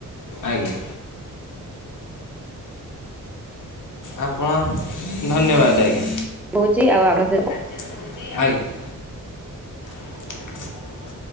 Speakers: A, on the left; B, in the centre.
A: ଆଜ୍ଞା। ଆପଣ ଧନ୍ୟବାଦ୍ ଆଜ୍ଞା।
B: କହୁଚି ଆଉ ଆମ ସହିତ
A: ଆଜ୍ଞା। <inaudible>